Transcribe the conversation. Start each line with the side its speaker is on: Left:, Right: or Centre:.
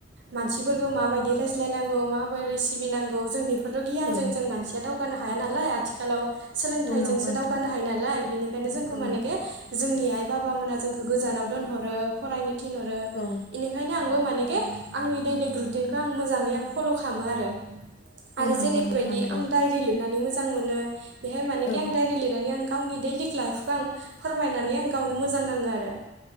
Right: मानसिफोरखौ माबायदि रायज्लायनांगौ माबोरै सिबिनांगौ जों बेफोरल' गियानजों
Left: औ
Right: जों मानसिया दावगानो हाया नालाय आथिखालाव। सोलोंथाइजोंसो
Left: औ नंगौ नोंथां
Right: दावगानो हायो नालाय बिनिखायनो जोंखौ
Left: औ
Right: मानेखे जोंनि आइ बाबामोना जोंखौ गोजानाव दोनहरो फरायनो थिनहरो
Left: औ
Right: बेनिखायनो आं आंबो मानेखे आंनि दैलिक रुटिनखौ आं मोजाङै आं फल' खामो आरो।
Left: औ
Right: आरो
Left: नंगौ
Right: जेरैबायदि
Left: नोंथां नंगौ
Right: आं डायरि लिरनानै मोजां मोनो बेहाय मानेखि
Left: औ
Right: आं डाइरि लिरनानै आं गावनि दैलिक लाइफखौ आं फोरमायनानै आं गावनो मोजां नाङो आरो।